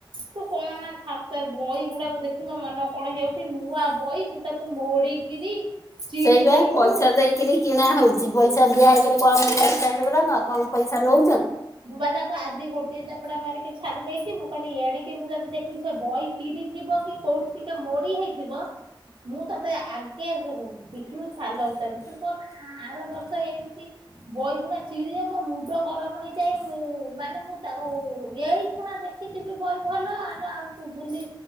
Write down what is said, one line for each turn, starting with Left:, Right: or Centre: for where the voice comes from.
Right: ତୁ କହନା ଖାତା ବହିକୁ ଟାକୁ ଦେଖି ମୋ ମନ କଣ ହେଇ ଯାଉଛି, ନୂଆ ବହି ତୁ ତାକୁ ମୋଡିକିରି ଚିରି
Left: ସେଇବା
Right: ଦେଇଛୁ
Left: ପଇସା ଦେଇକିରି କିଣା ହଉଛି। ପଇସା ଦିଆ ହେଇକରି କମ ପଇସା ସେଗୁରାକ, କମ ପଇସା ନଉ
Right: ମୁଁ ବା ତାକୁ ଆଜି ଗୋଟିଏ ଚାପୁଡ଼ା ମାରିକି ଛାଡି ଦେଇଛି ମୁଁ କହିଲି ଏଣିକି ମୁଁ ଯଦି ଦେଖିଲି, ସେ ବହି ଚିରି ଥିବ କି କୋଉଠି ଟିକେ ମୋଡି ହେଇଥିବ ମୁଁ ତତେ ଆଗେ ପିଠିରୁ ଛାଲ ଉତାରିବି, ତୁ କଣ ଆର ବର୍ଷ ଏମିତି ବହିଗୁଡା ଚିରି ଗଲେ ମୁଣ୍ଡ ଗରମ ହେଇଯାଏ। ମୁଁ ମାନେ ମୁଁ ତାକୁ ଏଇ ଖିଣା ଦେଖିଥିବି ବହି ଭଲ ଆ ଆଉ ବୁଲି